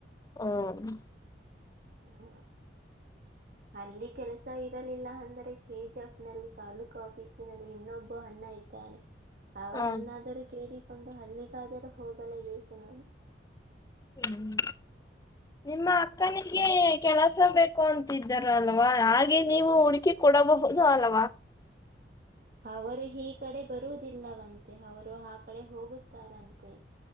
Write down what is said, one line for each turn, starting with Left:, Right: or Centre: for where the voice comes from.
Left: ಹ್ಮ
Right: ಹಾ ಅಲ್ಲಿ ಕೆಲಸ ಇರಲಿಲ್ಲ ಅಂದ್ರರೆ ಕೆಜಿಎಫ್ ನಲ್ಲಿ ತಾಲೂಕು ಆಫೀಸಿನಲ್ಲಿ ಇನ್ನೊಬ್ಬ ಅಣ್ಣ ಇದ್ದಾನೆ ಅವರನ್ನಾದರೂ
Left: ಹ
Right: ಕೇಳಿಕೊಂಡು ಅಲ್ಲಿ ದರ ಹೋಗಲೇಬೇಕು ನಾವು
Left: ಹ ನಿಮ್ಮ ಅಕ್ಕನಿಗೆ ಕೆಲಸ ಬೇಕು ಅಂತಿದ್ದರಲ್ವಾ ಹಾಗೆ ನೀವು ಹುಡುಕಿ ಕೊಡ ಹಬಹುದು ಅಲ್ವಾ
Right: ಅವರು ಈ ಕಡೆ ಬರುವುದಿಲ್ಲವಂತೆ ಅವರು ಆ ಕಡೆ ಹೋಗುತ್ತಾರಂತೆ